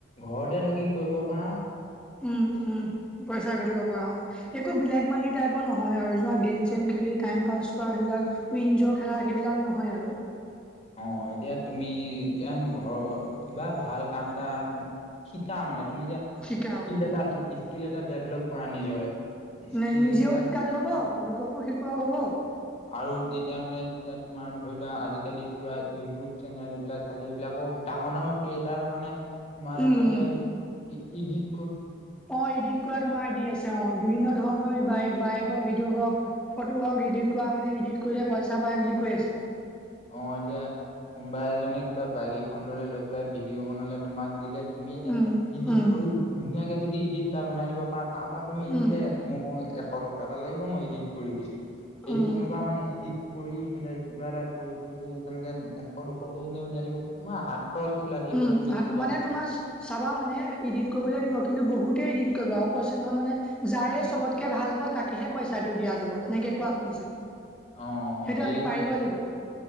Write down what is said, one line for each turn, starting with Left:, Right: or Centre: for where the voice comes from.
Left: ঘৰতে থাকি কৰিব পৰা
Centre: উম উম পইচা ঘটিব পৰা অ একো ব্লেক মানি টাইপৰ নহয় আৰু যোমাক গেম চেম খেলি টাইম পাছ কৰা সেইবিলাক উইনজ' খেলা সেইবিলাক নহয় আৰু।
Left: অ এতিয়া তুমি, এতিয়া ঘৰৰ কিবা ভাল কাম এটা। শিকা মানে তুমি যে
Centre: শিকা
Left: স্কিল
Centre: অ',
Left: এটা স্কিল এটা ডেভেলপ কৰা নিজৰে। স্কিল
Centre: নাই নিজেও
Left: তাত
Centre: শিকাটো হব লোককো শিকোৱাও হ'ব।
Left: আৰু এতিয়া মানে এতিয়া তোমাৰ ধৰি লোৱা আজিকালি পুৰা ইউটিউব চেনেল এইবিলাক থাকে। এইবিলাকো ডাঙৰ ডাঙৰ ক্ৰিয়েটাৰৰ কাৰণে তোমালোকৰ
Centre: উম,
Left: এতিয়া
Centre: উম,
Left: ইডিত।
Centre: অ ইডিট কৰা তোমাৰ আইদিৰ আছে অ। বিভিন্ন ধৰণৰ বাই বাইকৰ ভিডিঅ' হওক, ফটো হওক ইডিট কৰা কাৰণে ইডিট কৰিলে পইচা পায় বুলি কৈ আছে।
Left: অ এতিয়া কোনোবা এজনে কিবা বাইক এখন লৈ, লৈ পেলাই ভিডিঅ' বনালে। তোমাক দিলে তুমি এতিয়া
Centre: উম,
Left: ইডিট
Centre: উম,
Left: কৰি ধুনীয়াকে যদি ইডিট এটা বনাই দিব পাৰাতাত তাৰ পৰা তুমি
Centre: উম,
Left: বোলে মোৰ এশ টকা এটা লাগিব মই ইডিত কৰি দিছো। সেই
Centre: উম।
Left: তেনেকোৱা মানে ইডিট কৰি পেলাই কিবা এটা কৰি পিনি তেনেকে এশ, দুশকেই এনে উলিয়াই দিব। তোমাৰ হাত খৰচটো ওলাই থাকিব
Centre: উম
Left: তুমি ক'ৰবাত
Centre: মানে তোমাৰ চাবা মানে ইডিট কৰিবলৈ দিব। কিন্তু বহুতে ইডিত কৰিব আৰু কৈছে নহয় মানে যাৰে চবতকে ভাল হ'ব তাকেহে পইচাটো দিয়া যাব। তেনেকে কোৱা শুনিছো। সেইটো
Left: অ', অ', এইবোৰ
Centre: আমি পাৰিব লাগিব।